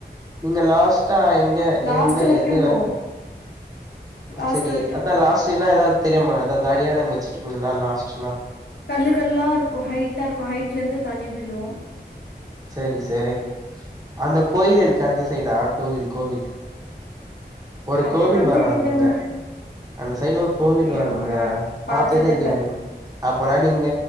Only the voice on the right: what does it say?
நீங்க லாஸ்டா எங்க
எந்த எது வரைக்கு
செரி
அதா
லாஸ்ட்னா ஏதாவது தெரியுமா ஏதாவது அடியாள வச்சிருக்கீங்ளா லாஸ்ட்னா
சரி சரி அந்த கோயில் இருக்கு அந்த சைடா கோவில் கோவில் ஒரு
கோவில் வரோ
அங்க அந்த சைடு ஒரு கோவில்
வருங்க
பாத்ததே இல்லையா நீங்க அப்பனா நீங்க